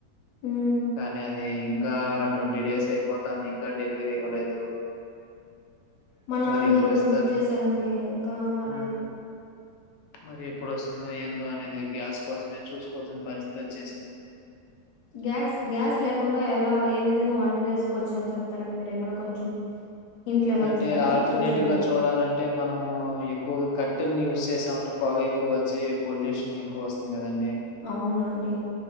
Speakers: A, on the left (about 60°); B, on the left (about 80°).
A: హ్మ్.
B: కానీ అది ఇం ఇంకా ట్వంటీ డేస్ అయిపోతది ఇంకా డెలివరీ ఇవ్వలేదు.
A: మా నాన్నగారు
B: మరి ఎప్పుడిస్తారు?
A: కూడా బుక్ చేసారండి ఇంకా రాలేదు
B: హ్మ్. మరి ఎప్పుడు వస్తుందో ఏందో అనేది గ్యాస్ కోసమే చూసుకోవాల్సిన పరిస్థితి వచ్చే
A: గ్యాస్ గ్యాస్ లేకుండా ఎలా ఏ విధంగా వంట చేసుకోవచ్చు అని చెప్తారండి మీరు ఏమన్నా కొంచెం హింట్లు ఏమైనా
B: అంటే
A: ఇస్తారా
B: ఆల్టర్నేటివ్
A: సూచనలు?
B: గా చూడాలంటే మనము ఎక్కువగా కట్టెల్ని యూస్ చేసాము పొగ ఎక్కువ వచ్చి పొల్యూషన్ ఎక్కువ వస్తుంది కదండి
A: అవునండి.